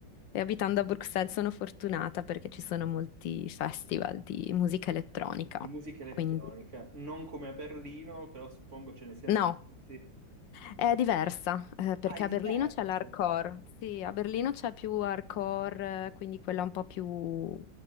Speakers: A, on the left (about 75°); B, on the right (about 40°).
A: E abitando a Bruxelles sono fortunata perché ci sono molti festival di musica elettronica.
B: Di musica elettronica,
A: Quindi
B: non come a Berlino, però suppongo ce ne siano
A: no,
B: tanti.
A: È diversa, eh, perché
B: Ah, è diversa.
A: a Berlino c'è l'hardcore. Sì, a Berlino c'è più hardcore, eh, quindi quella un po' più